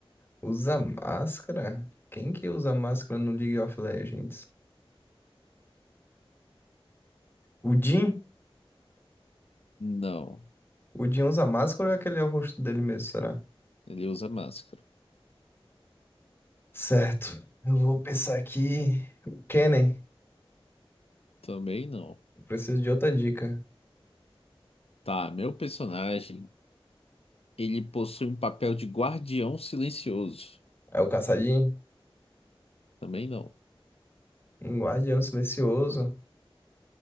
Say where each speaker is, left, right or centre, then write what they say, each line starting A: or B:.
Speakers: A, on the left; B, on the left.
A: Usa máscara? Quem que usa máscara no League of Legends? O Jhin?
B: Não.
A: O Jhin usa máscara ou é aquele é o rosto dele mesmo, será?
B: Ele usa máscara.
A: Certo. Eu vou pensar aqui. O Kennen.
B: Também não.
A: Eu preciso de outra dica.
B: Tá, meu personagem, ele possui um papel de guardião silencioso.
A: É o Caçadinho?
B: Também não.
A: Um guardião silencioso